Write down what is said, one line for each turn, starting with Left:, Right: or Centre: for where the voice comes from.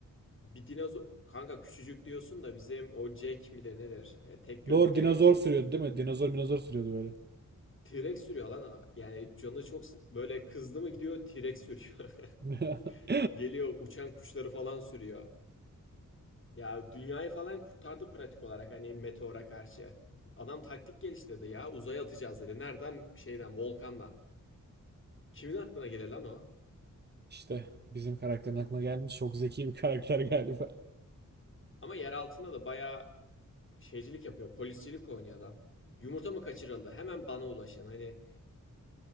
Left: bir dinozor... Kanka küçücük diyorsun da bizim o Jack midir nedir? Ee, tek gözlü
Right: Doğru
Left: gelincik.
Right: dinozor sürüyordu
Left: ma-
Right: değil mi? Dinozor minozor sürüyordu böyle.
Left: T-Rex sürüyor lan. Yani canı çok s- böyle kızdı mı gidiyor T-Rex sürüyor.
Right: <laughs>
Left: <laughs> Geliyor uçan kuşları falan sürüyor. Ya dünyayı falan kurtardı pratik olarak hani meteora karşı. Adam taktik geliştirdi ya uzaya atacağız dedi. Nereden? Şeyden volkandan. Kimin aklına gelir lan o?
Right: İşte bizim karakterin aklına gelmiş. Çok zeki bir karakter galiba.
Left: Ama yer altında da bayağı şeycilik yapıyor. Poliscilik oynuyor adam. Yumurta mı kaçırıldı? Hemen bana ulaşın. Hani